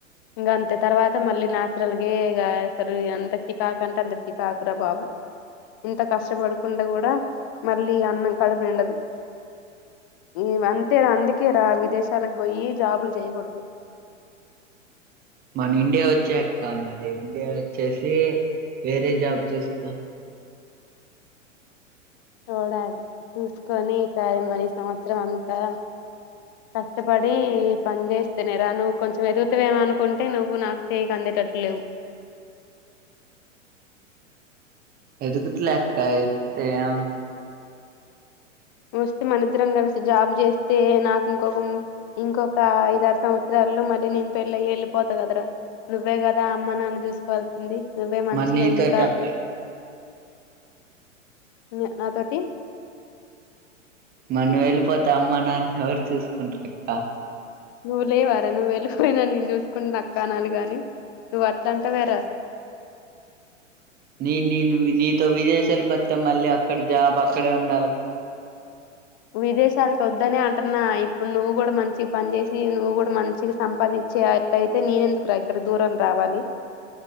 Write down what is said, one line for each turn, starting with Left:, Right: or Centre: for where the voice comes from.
Left: ఇంగా అంతే తర్వాత మళ్లీ న్యాచురల్ గే ఇగ అసలు అంత చికాకంటే అంత చికాక్ వద్దురా బాబు ఇంత కష్టపడుకుంట కూడా మళ్ళీ అన్నం కడుపునిండదు. ఈ అంతేరా అందుకే రా విదేశాలకు పోయి జాబులు చేయకుడుదు
Right: మన ఇండియా వచ్చేయక్క మరి ఇండియా వచ్చేసి వేరే జాబ్ చూసుకో
Left: చూడాలి చూసుకొని ఈసారి మరి సంవత్సరం అంతా కష్టపడి పని చేస్తేనే రా నువ్వు కొంచెం ఎదుగుతా వేమో అనుకుంటే నువ్వు నాకు చేయికి అందేటట్టు లేవు. <inaudible>
Right: ఎదుగుతలేె అక్క ఎదుగుతే ఏ
Left: నువ్వు స్తే మనద్దరం కలిసి జాబ్ చేస్తే నాకు ఇంకొక ఇంకొక ఐదారు సంవత్సరాల్లో మళ్ళీ నేను పెళ్ళి అయి వెళ్ళిపోతా కదరా, నువ్వే కదా అమ్మ నాన్న ని చూసుకోవాల్సింది. నువ్వే మంచిగా
Right: మరి నీతోటి
Left: ఇంకా
Right: అక్క
Left: హు నాతోటి
Right: మరి నువ్వు ఎళ్ళిపోతే అమ్మ నాన్నని ఎవరు చూసుకుంటారు అక్క.
Left: నువ్వు లేవరా నువ్వు ఎళ్ళిపోయినా నేను చూసుకుంట అక్క అనాలి కాని. నువ్వు అట్లా అంటావేరా
Right: నీ నీను నీతో విదేశాలకు వస్తే మళ్ళీ అక్కడ జాబ్ అక్కడే ఉండాలిగా.
Left: విదేశాలకు వద్దనే అంటున్నా ఇప్పుడు నువ్వు కూడా మంచిగా పని చేేసి నువ్వు కూడా మంచిగా సంపాదించేట్టయితే నేనెందుకురా ఇక్కడ దూరం రావాలి.